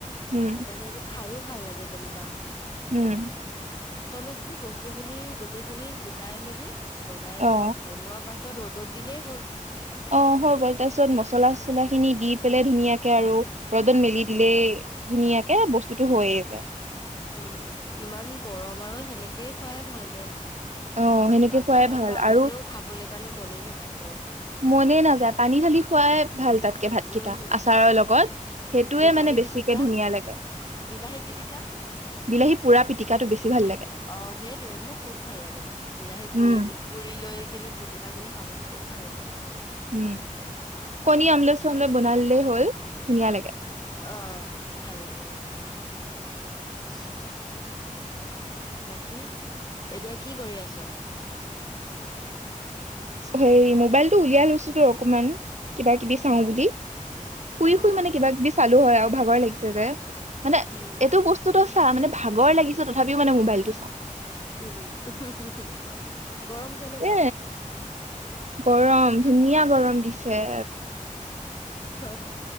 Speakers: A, on the right; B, on the left.
A: উম
B: সেইকাৰণে এইটো খাইও ভাল লাগে যেনেবা
A: উম
B: নো কি বস্তু খিনি গোটেইখিনি গোটাই মেলি বনাই থোৱা
A: অ
B: বনোৱাৰ পাছত য়ত ৰদত দিলেই হ'ল
A: অ হৈ গ'ল তাৰপিছত মছলা চচলা খিনি দি পেলাই ধুনীয়াকে আৰু ৰদত মেলি
B: উম
A: দিলে ধুনীয়াক এই বস্তুতটো হৈয়ে যায়
B: উম ইমান গৰম আৰু সেনেকেই খুৱাই ভাল দে
A: অ সেনেকে
B: মাংস
A: খোৱাই
B: চাংস
A: ভাল
B: আনিলেও
A: আৰু
B: খাব লাগিব সান মনে ননে যায়
A: মনে নাযায় পানী ঢালি খোৱাই ভাল তাতকে ভাতকেইটা
B: উম,
A: আচাৰৰ লগত সেইটোৱে
B: বিলাহী
A: মানে বেছিকে
B: পিটিকা
A: ধুনীয়া লাগে
B: বিলাহী পিটিকা
A: বিলাহী পুৰা পিটিকাটো বেছি ভাল লাগে
B: অ সেইটোৱে মোৰ খুব ভাল লাগে বিলাহী পুৰি
A: উম
B: পুৰি লৈ কিনে পিটিকা কৰি খাবলৈ খুব ভাল লাগে
A: উম কনি আমলেট অলপ বনালিলেই হ'ল ধুনীয়া লাগে
B: অ ভাল লাগে <unintelligible> বাকী এতিয়া কি কৰি আছ
A: হেই মোবাইল টো উলিয়াই লৈছো তো অকমান কিবা কিবি চাও
B: অ',
A: বুলি শুই
B: হ
A: শুই মানে কিবা কিবি চালো হয় আৰু ভাগৰ লাগিছে যে মানে
B: উম,
A: এইটো বস্তুটো চা মানে ভাগৰ লাগিছ তথাপিও মানে মোবাইলটো চাম
B: উম উ উ উ গৰম কেনেকুৱা
A: এ
B: তাত
A: গৰম ধুনীয়া গৰম দিছে
B: হ হ